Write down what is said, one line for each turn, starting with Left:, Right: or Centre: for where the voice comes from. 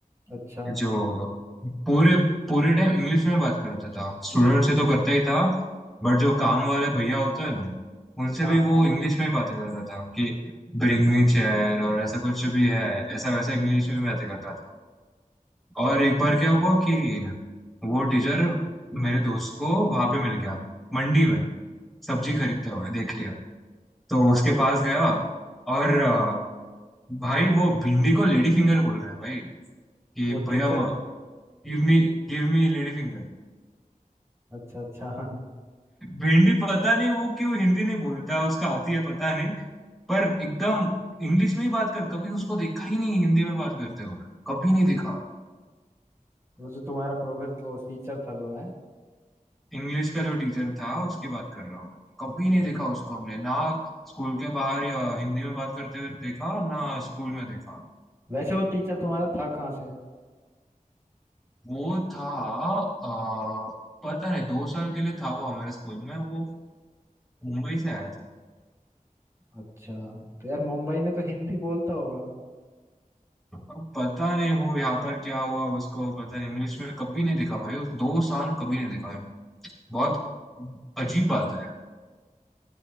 Right: अच्छा
Centre: जो पूरे पूरे टाइम इंग्लिश में बात करता था स्टूडेंट से तो करता ही था बट जो काम वाले भैया होते हैं ना उनसे
Right: हाँ
Centre: भी वो
Right: हाँ
Centre: इंग्लिश में ही बातें करता था कि ब्रिंग मी चेयर और ऐसा कुछ भी है ऐसा वैसा इंग्लिश में बातें करता था और
Right: अच्छा
Centre: एक बार क्या हुआ कि वो टीचर मेरे दोस्त को वहां पे मिल गया मंडी में सब्जी खरीदते हुए देख लिया तो
Right: हाँ
Centre: उसके
Right: हाँ
Centre: पास गया और अ, भाई वो भिंडी को लेडी फिंगर बोल रहा है भाई कि
Right: वो
Centre: भैया
Right: टीचर
Centre: give me give me lady finger
Right: अच्छा अच्छा <laughs>
Centre: भिंडी पता नहीं वो क्यों हिंदी नहीं बोलता उसका आती है पता नहीं पर एकदम इंग्लिश में ही बात कर कभी उसको देखा ही नहीं हिंदी में बात करते हुए कभी नहीं देखा
Right: वो जो तुम्हारा प्रोफेसर वो टीचर था जो है
Centre: इंग्लिश का जो टीचर था उसकी बात कर रहा हूँ मैं कभी
Right: अच्छा
Centre: नहीं देखा उसको हमने ना स्कूल के बाहर या हिंदी में बात करते हुए देखा ना स्कूल में देखा
Right: वैसे वो टीचर तुम्हारा था कहाँ से
Centre: वो था आ, पता नहीं दो साल के लिए था वो हमारे स्कूल में वो मुंबई से आया था
Right: अच्छा तो यार मुंबई में तो हिंदी बोलता होगा
Centre: अब पता नहीं वो यहाँ पर क्या हुआ उसको पता नहीं इंग्लिश में कभी नहीं देखा भाई उस दो साल में कभी नहीं देखा बहुत अजीब बात है